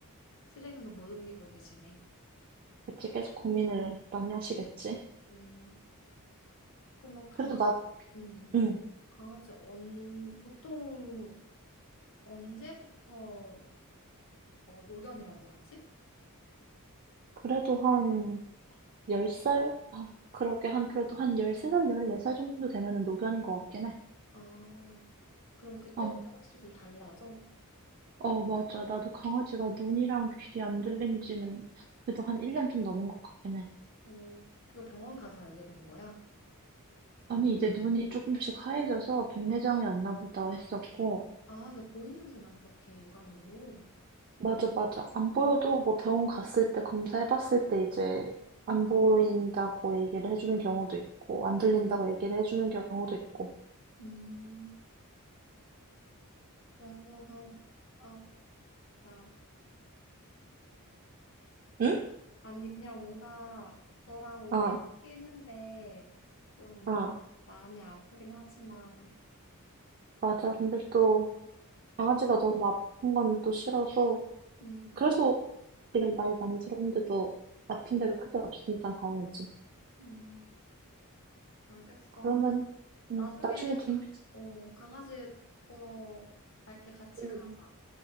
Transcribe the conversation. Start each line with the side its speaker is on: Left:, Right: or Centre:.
Left: 실행으로 못 옮기고 계시네.
Right: 그치, 계속 고민을 많이 하시겠지.
Left: 음, 그럼 뭐 강아,
Right: 그래도 나,
Left: 음,
Right: 음,
Left: 강아지 언, 보통 언제부터 어, 노견이라고 하지?
Right: 그래도 한 10살? 아, 그러게 한, 그래도 한 13살, 14살 정도 되면은 노견인 것 같긴 해.
Left: 아, 그럼 그때부터
Right: 어,
Left: 확실히 좀 달라져?
Right: 어, 맞아. 나도 강아지가 눈이랑 귀 안 들린 지는 그래도 한 1년 좀 넘은 것 같긴 해.
Left: 어, 그거 병원 가서 알게 된 거야?
Right: 아니, 이제 눈이 조금씩 하얘져서 백내장이 왔나 보다 했었고,
Left: 아, 그 보이는구나, 그렇게 육안으로.
Right: 맞아, 맞아. 안 보여도 뭐 병원 갔을 때 검사해봤을 때 이제 안 보인다고 얘기를 해주는 경우도 있고, 안 들린다고 얘기를 해주는 경우도 있고.
Left: 음. 그래, 그러면, 어, 그
Right: 응?
Left: 아니, 그냥 뭔가 너랑 오래
Right: 아,
Left: 했는데 좀
Right: 아,
Left: 마음이 아프긴 하지만,
Right: 맞아. 근데 또 강아지가 너무 아픈 거는 또 싫어서.
Left: 음,
Right: 그래서 지금 나이 많이 들었는데도 아픈 데가 크게 없으니까 다행이지.
Left: 음, 알겠어.
Right: 그러면, 음,
Left: 나중에,
Right: 나중에 좀,
Left: 강- 어, 강아지 보러 갈게, 같이
Right: 음.
Left: 가자.